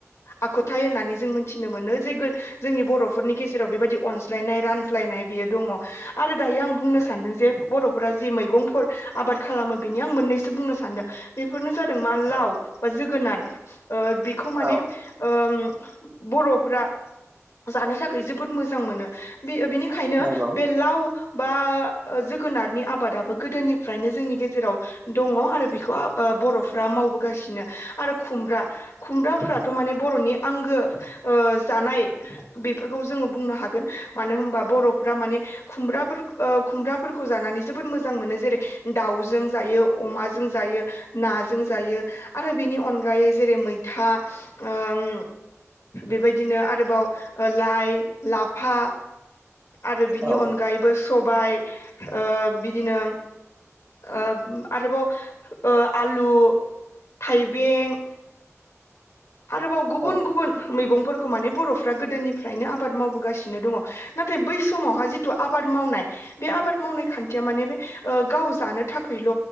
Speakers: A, on the left; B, on the right.
A: आखुथाय होननानै जों मिथिनो मोनो जे जोंनि बर'फोरनि गेजेराव बेबायदि अनज्लायनाय रानज्लायनाय बियो दङ आरो दायो आं बुंनो
B: औ
A: सानदों जे बर' फ्रा जि मैगंफोर आबाद खालामो बिनि आं मोनैनो सानदों। बेफोरनो जादों मा लाव
B: औ
A: बा जोगोनार। <inaudible> ओ बेखौ माने
B: औ
A: ओम बर'फ्रा जानो थाखाय जोबोद मोजां मोनो बे बिनि खायनो
B: नंगौ
A: बे लाव बा जोगोनारनि आबादा गोदोनिफ्रायनो जोंनि गेजेराव दङ आरो बेखौ बर'फ्रा मावबोगासिनो आरो खुमब्रा खुमब्राफ्राथ' माने बर'नि आंगो ओ जानाय बेफोरखौ जोङो बुंनो हागोन मानो होनबा बर'फ्रा माने खुमब्रा ओ खुमब्राफोरखौ जानानै जोबोद मोजां मोनो जेरै दाउजों जायो अमाजों जायो नाजों जायो आरो बिनि अनग गायै जेरै-मैथा। ओम बेबायदिनो आरोबाव ओ लाइ-लाफा। आरो बिनि
B: औ
A: अनगायैबो सबाय ओ बिदिनो ओ आरोबाव ओ आलु थाइ बें। आरोबाव गुबुन
B: औ
A: गुबुन मैगंफोरखौ माने बर'फ्रा गोदोनिफ्रायनो आबाद मावबोगासिनो दङ नाथाय बै समावहा जिथु आबाद मावनाय बे आबाद मावनाय खान्थिया माने बे गाव जानो थाखायल'